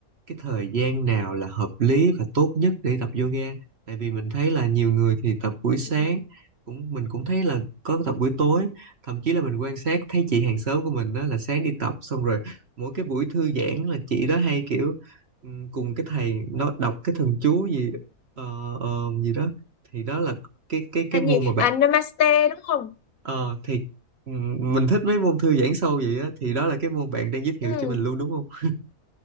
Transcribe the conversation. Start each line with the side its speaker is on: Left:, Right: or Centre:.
Right: cái thời gian nào là hợp lý và tốt nhất để tập yoga? Tại vì mình thấy là nhiều người thì tập buổi sáng,
Left: Ừ.
Right: cũng mình cũng thấy là có tập buổi tối, thậm chí là mình quan sát thấy chị hàng xóm của mình đó là sáng đi tập xong rồi mỗi cái buổi thư giãn là chị đó hay kiểu ừm, cùng cái thầy nó đọc cái thần chú gì ờ, ờ, gì đó thì đó là cái cái cái
Left: anh
Right: môn
Left: gì
Right: mà bạn
Left: à namaste đúng không
Right: Ờ thì ừm, mình thích mấy môn thư giãn sâu vậy á thì đó là cái môn bạn đang giới thiệu
Left: ừ
Right: cho mình luôn đúng không?